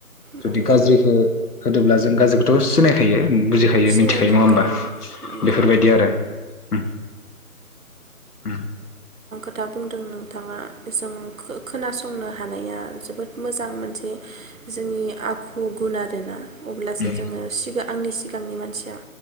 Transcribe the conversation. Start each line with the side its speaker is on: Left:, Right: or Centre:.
Left: जुदि
Right: नंगौ
Left: गाज्रिखो होदोब्ला जों गाज्रिखौथ' सिनायखायो उम बुजिखायो
Right: सिनायखागोन
Left: मिथिखायो नङा होमबा
Right: नंगौ
Left: बेफोरबायदि आरो उम उम
Right: था बुंदों नोंथाङा। जों खो-खोनास फसंनो हानाया जोबोद मोजां मोनसे जोंनि आखु गुन आरोना अब्लासो
Left: उम
Right: जोङो सिगां आंनि सिगांनि मानसिया